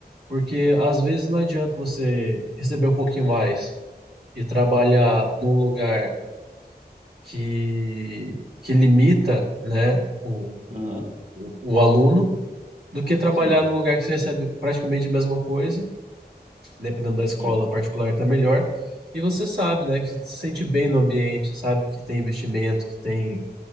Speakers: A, on the right (about 70°); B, on the right (about 50°).
A: Porque às vezes não adianta você receber um pouquinho mais e trabalhar num lugar que, que limita, né, o,
B: Aham,
A: o, o aluno do que trabalhar
B: sim,
A: num lugar que você recebe praticamente a mesma coisa, dependendo da escola
B: é,
A: particular tá melhor, e você sabe, né, que você se sente bem no ambiente, sabe que tem investimento, que tem,